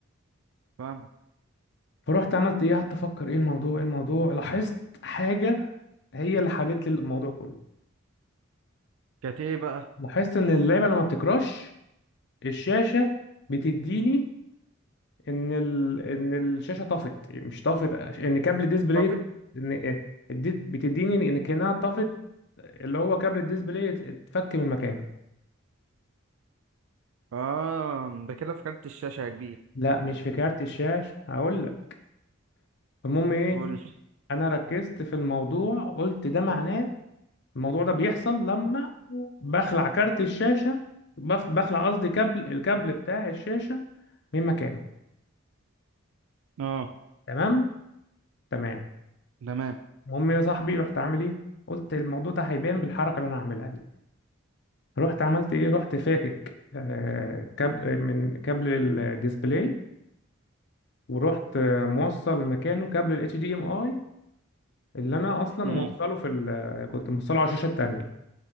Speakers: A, on the right; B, on the left.
A: فاهمك
B: فروحت عملت ايه قعدت افكر ايه الموضوع ايه الموضوع لاحظت حاجه هي اللي حلت لي الموضوع كله
A: كانت ايه بقى
B: لاحظت ان اللعبه لما بتكراش الشاشه بتديني ان ال... ان الشاشه طفت مش طفت ان كابل ديسبلاي
A: طفت
B: ان اديت بتديني ان كانها طفت اللي هو كابل الديسبلاي ات- اتفك من مكانه
A: اه ده كده في كارت الشاشه يا كبير
B: لا مش في كارت الشاشه هقول لك المهم ايه
A: قول لي
B: انا ركزت في الموضوع قلت ده معناه الموضوع ده بيحصل لما بخلع كارت الشاشه بف- بخلع قصدي كابل الكابل بتاع الشاشه من مكانه
A: اه
B: تمام تمام
A: تمام
B: المهم يا صاحبي رحت عامل ايه قلت الموضوع ده هيبان بالحركه اللي انا هعملها دي رحت عملت ايه رحت فاكك آه، كابل من كابل الديسبلاي ورحت آه، موصل مكانه كابل الاتش دي ام اي اللي انا اصلا
A: امم
B: موصله في ال... كنت موصله على الشاشه التانية